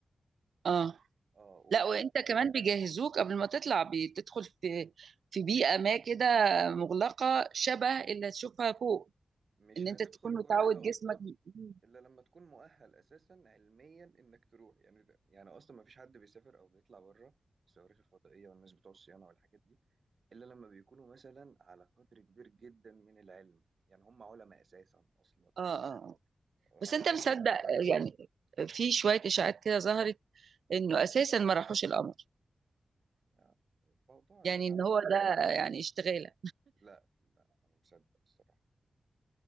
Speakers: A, on the right (about 80°); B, on the right (about 50°).
A: اه
B: اه
A: لا وانت كمان بيجهزوك قبل ما تطلع بتدخل في في بيئه ما كده مغلقه شبه اللي تشوفها فوق
B: مش
A: ان
B: هتدخل
A: انت تكون متعود
B: كل ده
A: جسمك
B: اصلا
A: مم.
B: الا لما تكون مؤهل اساسا علميا انك تروح يعني ده يعني اصلا ما فيش حد بيسافر او بيطلع بره الصواريخ الفضائيه والناس بتوع الصيانه والحاجات دي الا لما بيكونوا مثلا على قدر كبير جدا من العلم يعني هم علماء اساسا اصلا يعني
A: اه اه آه. بس
B: هيعرفوا
A: انت مصدق
B: يتصرفوا
A: آه، يعني في شويه اشاعات كده ظهرت انه اساسا ما راحوش القمر
B: يعني الموضوع يا
A: يعني
B: جماعه
A: ان هو ده يعني اشتغاله
B: لا لا انا مصدق الصراحه